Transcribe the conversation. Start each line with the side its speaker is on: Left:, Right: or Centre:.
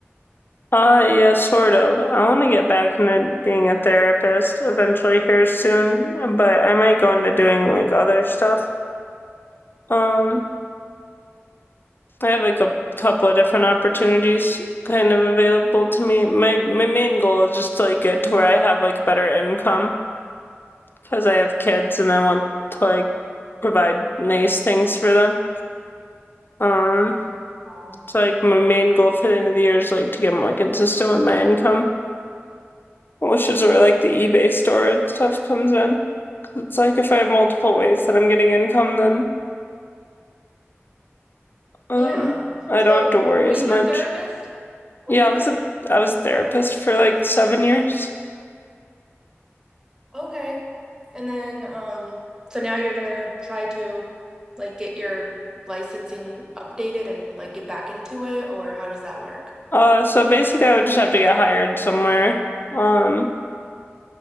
Left: Uh, yeah, sort of. I want to get back into being a therapist eventually here soon, but I might go into doing like other stuff. Um, I have like a couple of different opportunities kind of available to me. My my main goal is just to like get to where I have like better income because I have kids and I want to like provide nice things for them. Um,
Right: Yeah.
Left: so like my main goal for the end of the year is like to get more consistent with my income, which is where like the eBay store and stuff comes in. Cause it's like if I have multiple ways that I'm getting income, then um
Right: Yeah.
Left: I
Right: So,
Left: don't have to worry
Right: were
Left: as
Right: you
Left: much.
Right: a therapist? Were
Left: Yeah,
Right: you
Left: I
Right: a,
Left: was
Right: were you
Left: a I was
Right: a
Left: a therapist
Right: therapist in the
Left: for like
Right: past?
Left: seven years.
Right: Okay. And then, um, so now you're gonna try to like get your licensing updated and like get back into it, or how does that work?
Left: Uh, so basically I would just have to get hired somewhere. Um,